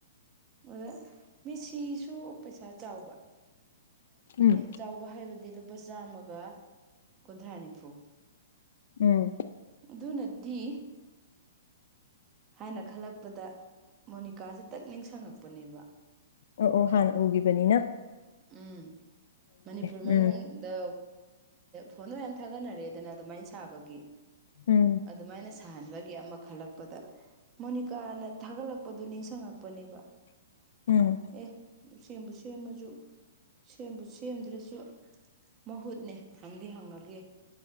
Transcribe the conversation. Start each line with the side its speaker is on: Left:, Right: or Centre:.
Right: ꯑꯗ ꯃꯦꯁꯤꯁꯨ ꯄꯩꯁꯥ ꯆꯥꯎꯕ
Left: ꯎꯝ
Right: ꯆꯥꯎꯕ ꯋꯥ ꯍꯥꯏꯕꯗꯤ ꯂꯨꯄꯥ ꯆꯥꯝꯃꯒ ꯀꯨꯟꯊ꯭ꯔꯥ ꯅꯤꯐꯨ
Left: ꯎꯝ
Right: ꯑꯗꯨ ꯅꯗꯤ ꯍꯥꯏꯅ ꯈꯜꯂꯛꯄꯗ ꯃꯣꯅꯤꯀꯥꯥꯁ ꯇꯛ ꯅꯤꯡꯁꯤꯡꯉꯛꯄꯅꯦꯕ
Left: ꯑꯣ ꯑꯣ ꯍꯥꯟꯅ ꯎꯒꯤꯕꯅꯤꯅ
Right: ꯎꯝ ꯃꯅꯤꯄꯨꯔ
Left: ꯎꯝ
Right: ꯃꯅꯨꯡ ꯗ ꯐꯣꯟꯗꯣ ꯃꯌꯥꯝ ꯊꯥꯒꯠꯅꯔꯦꯗꯅ ꯑꯗꯨꯃꯥꯏꯅ ꯁꯥꯕꯒꯤ
Left: ꯎꯝ
Right: ꯑꯗꯨꯃꯥꯏꯅ ꯁꯥꯍꯟꯕꯒꯤ ꯑꯃ ꯈꯜꯂꯛꯄꯗ ꯃꯣꯅꯤꯀꯥꯅ ꯊꯥꯒꯠꯂꯛꯄꯗꯨ ꯅꯤꯡꯁꯤꯡꯉꯛꯄꯅꯦꯕ
Left: ꯎꯝ
Right: ꯑꯦ ꯁꯦꯝꯕ ꯁꯦꯝꯃꯁꯨ ꯁꯦꯝꯕꯨ ꯁꯦꯝꯗ꯭ꯔꯁꯨ ꯃꯍꯨꯠꯅꯦ ꯍꯪꯗꯤ ꯍꯪꯉꯒꯦ